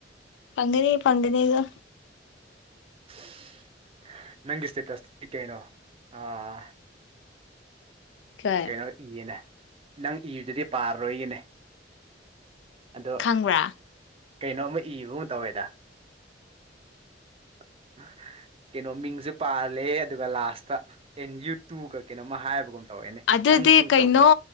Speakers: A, on the left; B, on the right.
A: ꯄꯪꯒꯅꯤ ꯄꯪꯒꯅꯤꯀꯣ
B: <inaudible> ꯅꯪꯒꯤ ꯁꯇꯦꯇꯁꯇꯤ ꯀꯩꯅꯣ ꯑꯥ
A: ꯀꯩ
B: ꯀꯩꯅꯣ ꯏꯌꯦꯅꯦ ꯅꯪ ꯏꯔꯤꯗꯨꯗꯤ ꯄꯥꯔꯣꯏꯅꯦ ꯑꯗꯣ
A: ꯈꯪꯕ꯭ꯔꯥ
B: ꯀꯩꯅꯣꯝꯃ ꯏꯕꯒꯨꯝ ꯇꯧꯋꯦꯗꯥ <inaudible> ꯀꯩꯅꯣ ꯃꯤꯡꯁꯨ ꯄꯜꯂꯦ ꯑꯗꯨꯒ ꯂꯥꯁꯇ ꯑꯦꯟ ꯌꯨ ꯇꯨ ꯀꯩꯅꯣꯝꯃ ꯍꯥꯏꯕꯒꯨꯝ ꯇꯧꯋꯦꯅꯦ
A: ꯑꯗꯨꯗꯤ
B: ꯅꯪꯁꯨ
A: ꯀꯩꯅꯣ
B: ꯇꯧꯕꯒ